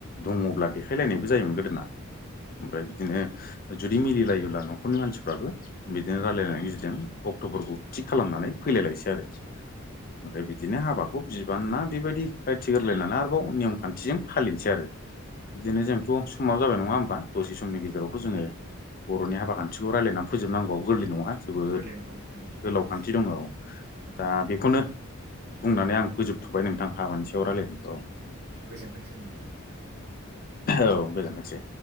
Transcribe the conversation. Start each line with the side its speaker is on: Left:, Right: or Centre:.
Left: दङब्ला देखायलायनायबो जायोमोन गोदोना। ओमफ्राय बिदिनो जुदि मिलिलायोब्ला न'खरनि मानसिफ्राबो बिदिनो रायलायनाय गिदिरदों अक्ट'बरखौ थिग खालामनानै फैलायलायसै आरो। ओमफ्राय बिदिनो हाबाखौ बिबान ना बेबायदि। रायथि गोरलायनानै आरोबाव नियम खान्थिजों फालिनोसै आरो बिदिनो जोंथ' समाव जाबाय नङा होमबा? दसे समनि गेजेरावथ' जोङो बर'नि हाबा खान्थिखौ रायजलायनानै फोजोबनांगौआ गोरलै नङा। जोबोद
Right: गोरलै नङा नोंथां औ थारैनो
Left: गोलाव खान्थि
Right: सैथो
Left: दङ
Right: औ
Left: दा बेखौनो बुंनानै
Right: औ
Left: आं फोजोबथ'बाय नोंथां हाबानि औ रायलायनायखौ औ
Right: गोजोनथोंसै नोंथां
Left: औ गोजोननोसै